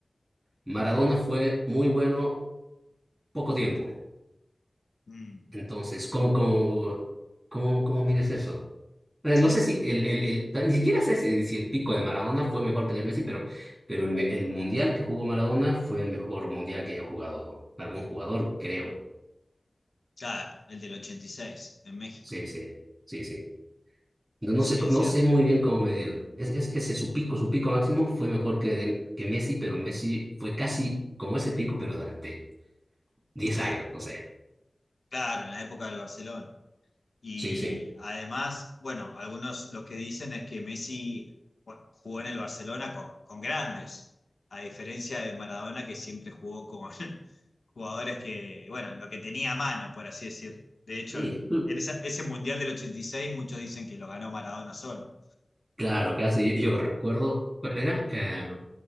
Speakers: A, on the right (about 20°); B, on the left (about 80°).
A: Maradona fue muy bueno poco tiempo.
B: Mm,
A: Entonces, ¿cómo, cómo, cómo, cómo mides eso? O sea,
B: sí,
A: no sé si el, el, el- ni siquiera sé si, si el pico de Maradona fue mejor que el de Messi, pero, pero el, me- el mundial que jugó Maradona fue el mejor mundial que haya jugado algún jugador, creo.
B: claro, el del 86 en México.
A: Sí, sí, sí, sí. No, no
B: Sí,
A: sé,
B: es
A: no
B: cierto.
A: sé muy bien cómo medirlo. Es, es- ese su pico, su pico máximo fue mejor que, de- que Messi, pero Messi fue casi como ese pico, pero durante 10
B: Claro,
A: años, no sé.
B: claro, en la época del Barcelona. Y
A: Sí, sí.
B: además, bueno, algunos lo que dicen es que Messi bueno, jugó en el Barcelona con, con grandes, a diferencia de Maradona que siempre jugó con <laughs> jugadores que, bueno, lo que tenía a mano, por así decir. De hecho,
A: Sí,
B: en esa- ese Mundial del 86 muchos dicen que lo ganó Maradona solo.
A: claro, casi. Yo, yo recuerdo cuál era. eh,